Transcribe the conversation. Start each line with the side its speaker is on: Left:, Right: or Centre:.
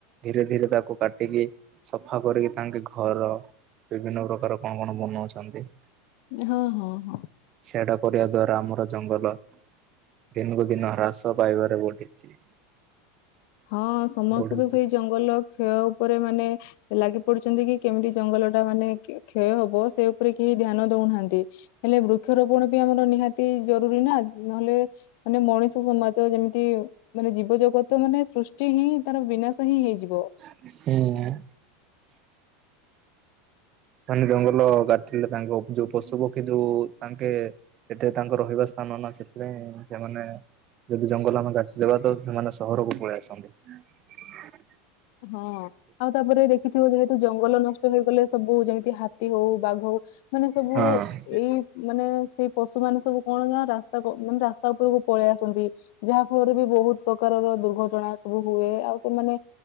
Right: ଧୀରେ ଧୀରେ ତାକୁ କାଟିକି ସଫା କରିକି ତାଙ୍କେ ଘର ବିଭିନ୍ନ ପ୍ରକାର କଣ କଣ ବନାଉଛନ୍ତି।
Left: ହଁ ହଁ ହଁ।
Right: ସେଟା କରିବା ଦ୍ଵାରା ଆମର ଜଙ୍ଗଲ ଦିନକୁ ଦିନ ହ୍ରାସ ପାଇବାରେ ବଢିଛି।
Left: ହଁ ସମସ୍ତେ
Right: ବଢୁଛି
Left: ତ ସେଇ ଜଙ୍ଗଲ କ୍ଷୟ ଉପରେ ମାନେ ସେ ଲାଗି ପଡୁଛନ୍ତି କି କେମିତି ଜଙ୍ଗଲଟା ମାନେ କ୍ଷୟ ହବ ସେ ଉପରେ କେହି ଧ୍ୟାନ ଦଉନାହାନ୍ତି ହେଲେ ବୃକ୍ଷରୋପଣ ବି ଆମର ନିହାତି ଜରୁରୀ ନା ନହେଲେ ମାନେ ମଣିଷ ସମାଜ ଯେମିତି ମାନେ ଜୀବଜଗତ ମାନେ ଟି ହିଁ ତାର ବିନାଶ ହିଁ ହେଇଯିବ।
Right: ହୁଁ। ସେମାନେ ଜଙ୍ଗଲ ଗାଟିଲେ ତାଙ୍କ ଯୋଉ ପଶୁ ପକ୍ଷୀ ଯୋଉ ତାଙ୍କେ ସେଠି ତାଙ୍କ ରହିବା ସ୍ଥାନ ନା ସେଥିପାଇଁ ସେମାନେ ଯଦି ଜଙ୍ଗଲ ଆମେ ଗାଟିଦବା ତ ସେମାନେ ସହରକୁ ପଳେଇ ଆସଛନ୍ତି।
Left: ହଁ ଆଉ ତାପରେ ଦେଖିଥିବ ଯେହେତୁ ଜଙ୍ଗଲ ନଷ୍ଟ ହେଇଗଲେ ସବୁ ଯେମି ହାତୀ ହଉ ବାଘ ହଉ ମାନେ ସବୁ
Right: ହଁ
Left: ଏଇ ମାନେ ସେଇ ପଶୁ ମାନେ ସବୁ କଣ ଯାହା ରାସ୍ତା ପ୍ରୋବଲେମ ରାସ୍ତା ଉପରକୁ ପଳେଇ ଆସନ୍ତି ଯାହା ଫଳରେ ବି ବହୁତ ପ୍ରକାରର ଦୁର୍ଘଟଣା ସବୁ ହୁଏ ଆଉ ସେମାନେ